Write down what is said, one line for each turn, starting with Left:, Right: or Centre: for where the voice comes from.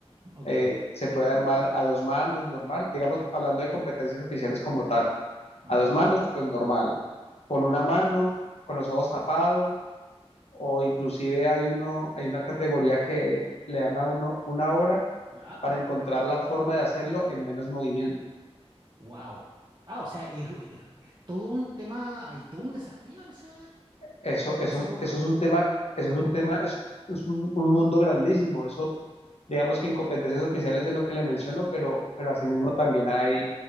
Right: Ok.
Left: Eh, se puede armar a dos manos, normal, digamos, hablando de competencias oficiales como tal.
Right: Ajá.
Left: A dos manos, pues normal. con una mano, con los ojos tapados, o inclusive hay uno, hay una categoría que le dan a uno una hora
Right: Ya.
Left: para encontrar la forma de hacerlo en menos movimiento.
Right: Wow. Ah, o sea, es, es- es todo un tema, hay todo un desafío en ese,
Left: Eso,
Right: en
Left: eso,
Right: ese Go Roy.
Left: eso es un tema, eso es un tema, eso es un, un mundo grandísimo. Eso, digamos que en competencias oficiales es lo que le menciono, pero, pero asimismo también hay